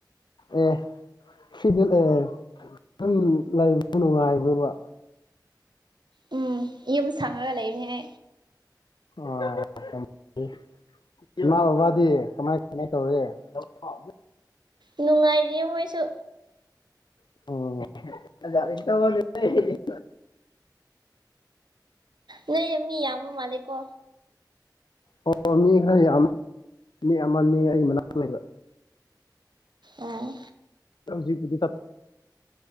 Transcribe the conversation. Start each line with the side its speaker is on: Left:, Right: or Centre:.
Left: ꯑꯦ ꯁꯤꯗꯤ <unintelligible> ꯂꯩꯕ ꯅꯨꯡꯛꯥꯏꯔꯣꯏꯕ
Right: ꯎꯝ ꯌꯨꯝ ꯁꯪꯉꯒ ꯂꯩꯕꯅꯦꯍ
Left: <unintelligible> ꯃꯥꯗꯤ ꯀꯃꯥꯏ ꯀꯃꯥꯏ ꯇꯧꯔꯤ <unintelligible>
Right: ꯅꯨꯡꯉꯥꯏꯔꯤ ꯃꯣꯏꯁꯨ꯫
Left: <unintelligible>
Right: ꯅꯣꯏ ꯃꯤ ꯌꯥꯝꯕ ꯃꯥꯜꯂꯦꯀꯣ꯫
Left: ꯑꯣ ꯃꯤ ꯈꯔ ꯌꯥꯝꯃꯦ ꯃꯤ ꯑꯃꯅꯤ ꯑꯩ ꯃꯅꯥꯛꯇ ꯂꯩꯕ꯫
Right: ꯑꯥ꯫
Left: ꯍꯧꯖꯤꯛꯄꯨꯗꯤ ꯇꯦ